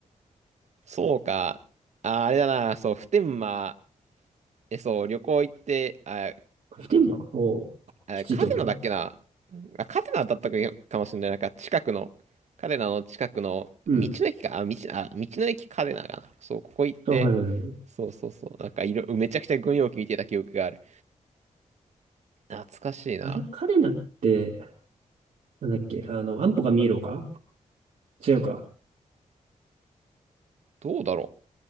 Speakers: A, on the right; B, on the right.
A: そうか。あ、あれだな。そう、普天間、え、そう、旅行行って、あ、
B: 普天間おう。
A: あカテナだっけな。
B: きついってこと
A: あ、カテナだったかもしれない。なんか、近くの、カテナの近くの、
B: うん。
A: 道の駅か。あ、道、あ、道の駅カテナかな。そう、ここ行って、
B: あ、はいはいはい。
A: そうそうそう。なんか、いろ、めちゃくちゃ軍用機見てた記憶がある。懐かしいな。
B: あれ、彼なって、なんだっけ、あの、安保が見える丘違うか。
A: どうだろ